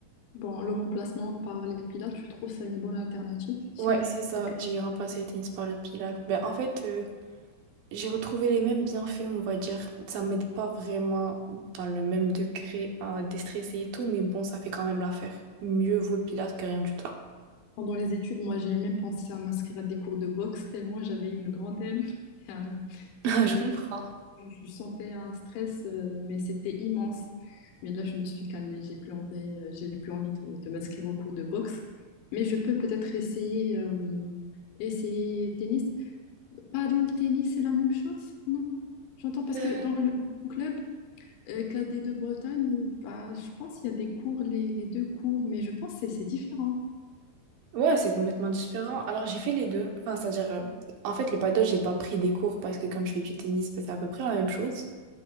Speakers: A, on the left; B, on the right.
A: Bon, le remplacement par les pilates, je trouve ça une bonne alternative. C'est...
B: Ouais, c'est ça.
A: Et puis,
B: J'ai remplacé le tennis par le pilates. Ben, en fait, euh, j'ai retrouvé les mêmes bienfaits, on va dire. Ça m'aide pas vraiment dans le même degré à déstresser et tout, mais bon, ça fait quand même l'affaire. Mieux vaut le pilates que rien du tout.
A: pendant les études, moi, j'ai même pensé à m'inscrire à des cours de boxe, tellement j'avais une grande haine. <laughs> Ça
B: <laughs>
A: fait
B: Je comprends.
A: je sentais un stress, euh, mais c'était immense. Mais là, je me suis calmée. J'ai plus envie, euh, j'ai plus envie de, de m'inscrire au cours de boxe. Mais je peux peut-être essayer, euh, essayer tennis. Paddle, tennis, c'est la même chose? Non. J'entends parce que
B: Euh,
A: dans le club euh, cadet de Bretagne, bah, je pense qu'il y a des cours, les, les deux cours, mais je pense que c'est c'est différent.
B: ouais, c'est complètement différent. Alors, j'ai fait les deux. Enfin, c'est-à-dire, euh, en fait, le paddle, j'ai pas pris des cours parce que comme je fais du tennis, ben, c'est à peu près la même chose.